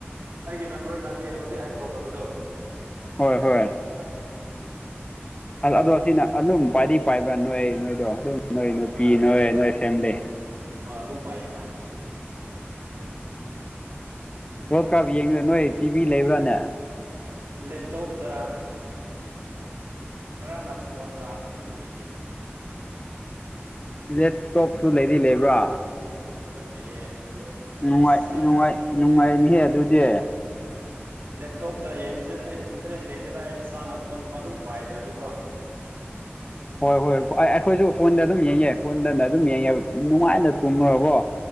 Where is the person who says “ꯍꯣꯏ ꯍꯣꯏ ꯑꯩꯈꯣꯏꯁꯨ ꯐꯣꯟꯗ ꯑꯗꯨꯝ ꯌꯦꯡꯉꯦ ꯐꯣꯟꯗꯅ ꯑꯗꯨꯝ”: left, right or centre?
Left